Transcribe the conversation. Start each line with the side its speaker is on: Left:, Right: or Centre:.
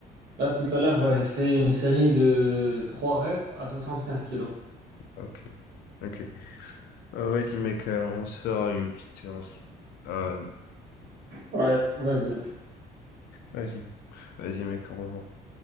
Right: là, tout à l'heure, j'avais fait une série de 3 reps à 75 kilos.
Left: Ok, ok. Euh, vas-y, mec, euh, on se fera une petite séance. Euh,
Right: Ouais, vas-y.
Left: Vas-y. Vas-y, mec, au revoir.